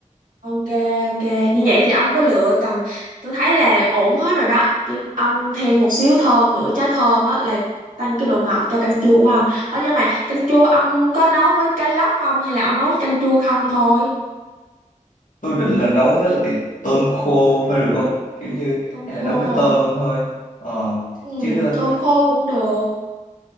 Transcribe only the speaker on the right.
Ok, ok. Như vậy thì ông có lựa tầm tôi thấy là ổn hết rồi đó. Chứ ông thêm một xíu thơm nữa, trái thơm đó là tăng cái độ ngọt cho canh chua của ông. Ở nhưng mà canh chua ông có nấu với cá lóc không hay là ông nấu canh chua không thôi?
Tôm
khô
à?
Ừ,
tôm khô cũng được.